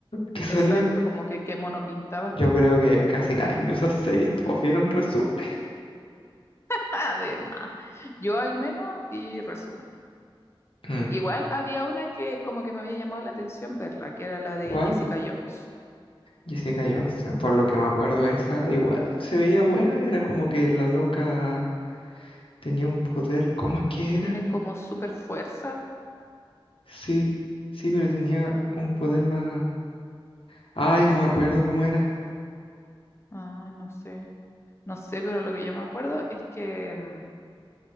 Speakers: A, on the left; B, on the left.
A: que salían.
B: Exacto, como que qué mono pintaban.
A: Yo creo que casi nadie vio esas series, todos vieron resúmenes.
B: Además, yo al menos vi resumen.
A: Mm.
B: Igual había una que como que me había llamado la atención verla, que era la de
A: ¿Cuál?
B: Jessica Jones.
A: Jessica Jones, por lo que me acuerdo, esa igual se veía buena, era como que la loca tenía un poder, ¿cómo es que era?
B: Tiene como super fuerza.
A: Sí, sí, pero tenía un poder más... Ay, no me acuerdo cómo era.
B: Ah, no sé. No sé, pero lo que yo me acuerdo es que mm,